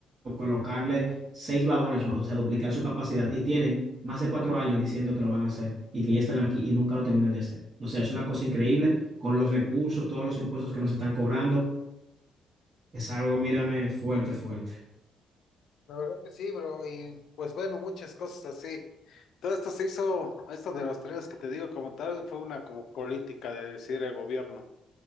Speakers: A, on the right; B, on the left.
A: colocarle seis vagones más, o sea, duplicar su capacidad. Y tienen más de cuatro años diciendo que lo van a hacer y que ya están aquí y nunca lo terminan de hacer. O sea, es una cosa increíble con los recursos, todos los impuestos que nos están cobrando. Es algo, mírame, fuerte, fuerte.
B: La verdad que sí, bro, y pues bueno, muchas cosas así. Todo esto se hizo, esto de los trenes que te digo como tal, fue una como política de decir el gobierno.